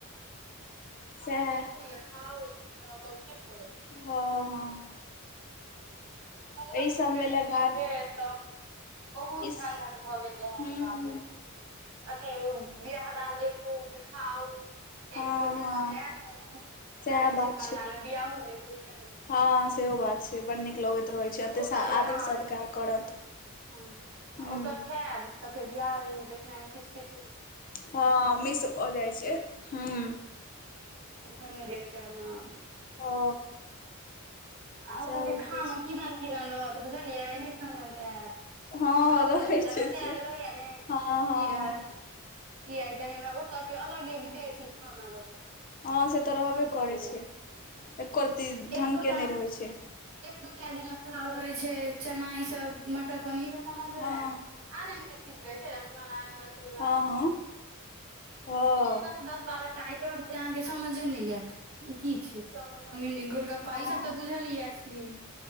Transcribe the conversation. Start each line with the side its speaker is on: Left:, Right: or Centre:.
Right: तऽ
Left: सएह
Right: अहाँ देखू या खाउ या ओत जे करू।
Left: हँ- हँ।
Right: <unintelligible>
Left: एहि सबमे लए गाली
Right: बहुत
Left: इस
Right: झंझट भऽ गेल रहै
Left: हूँ
Right: बाप रे अथी ओ बियाह दान देखू कि खाउ कियेकि
Left: हँ
Right: केओ देब
Left: हँ
Right: त एत नै अपना सबके
Left: सएह
Right: जेना ई
Left: बात
Right: छै पण्डाल मे बिआहो देखू खेबो
Left: हँ सेहो बात छै बड नीक लगैत रहै छै
Right: आ
Left: अते
Right: ओतऽ
Left: सा
Right: अगर
Left: आदर
Right: अहाँ
Left: सत्कार करत,
Right: हँ
Left: हूं।
Right: ओतऽ खायब तऽ फेर बियाह इ देखनाइ में किछ किछ
Left: हँ मिश भ जाइ छै, हूं।
Right: किछो नै देख पैब हं।
Left: ओ
Right: आ ओत
Left: सएह होइत
Right: के खानो
Left: अछि
Right: किदन किदन रहत बुझलियै नहि समझ आयत।
Left: हँ
Right: गाँव
Left: रहै
Right: घरमे जेना
Left: छै
Right: रटैल
Left: से
Right: रहैयै नै ई
Left: हँ हँ
Right: रहत इ अइ त नै ओत के अलगे विदेशी खाना रहत।
Left: हँ से तऽ रहबे
Right: समझे
Left: करै
Right: नहि
Left: छै
Right: आयत
Left: एको रती ढंग
Right: एक दूटा
Left: के नहि रहै छै।
Right: एक दू टा जेना पुलाव रहै छै चना ई सब मटर पनीर ई सब समझो
Left: हँ
Right: आयत आन आन किछ किछ रह छै रसमलाइ रस गुल्ला
Left: हँ हँ हँ
Right: एनाहि रहत दस बारहटा आय टम जे अहाँके समझे नै आयत ई की छै, चाउमिन ताउमिन, इ गोलगप्पा
Left: हँ
Right: ई सब तऽ बुझल ये एम,